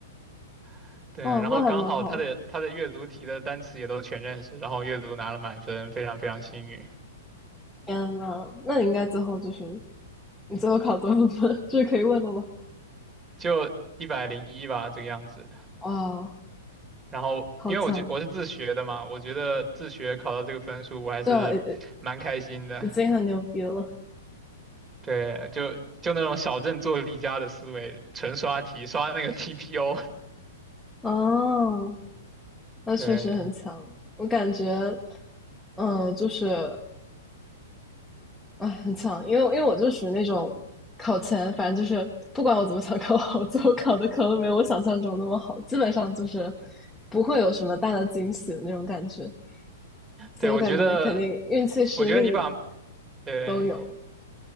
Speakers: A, on the right; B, in the centre.
A: <laughs> 对，
B: 哇，
A: 然后刚好他的他的阅读题的单词也都全认识，
B: 那还蛮好。
A: 然后阅读拿了满分，非常非常幸运，
B: 天呐，那你应该最后就是你最后考多少分？<laughs> 这是可以问的吗？
A: 就一百零一吧这个样子。
B: 哇，
A: 然后，
B: 好强！
A: 因为我觉我是自学的嘛，我觉得自学考到这个分数，我还是蛮开心的。
B: 对啊，已已经很牛逼了。
A: 对，就就那种小镇做题家的思维，纯刷题，刷那个 TPO。
B: 哦，
A: <laughs>
B: 那确实很强。
A: 对，
B: 我感觉，嗯，就是哎，很强。因为因为我就属于那种考前，反正就是不管我怎么想考好，<laughs> 最后考的可能没有我想象中那么好，基本上就是不会有什么大的惊喜的那种感觉。所以我感觉肯定运气、
A: 对，我觉得，
B: 实力
A: 我觉得你把，对，
B: 都有。